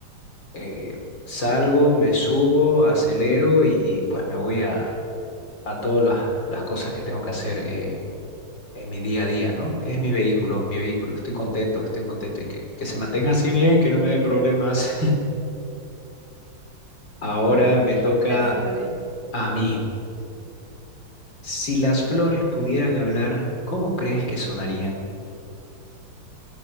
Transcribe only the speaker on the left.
eh, salgo, me subo, acelero y, y, pues me voy a, a todas las, las cosas que tengo que hacer. eh, en mi día a día, ¿no? Es mi vehículo, mi vehículo. Estoy contento, estoy contento y que, que se mantenga así bien, que no me dé problemas. Ahora
me toca
a mí. Si las flores pudieran hablar, ¿cómo crees que sonarían?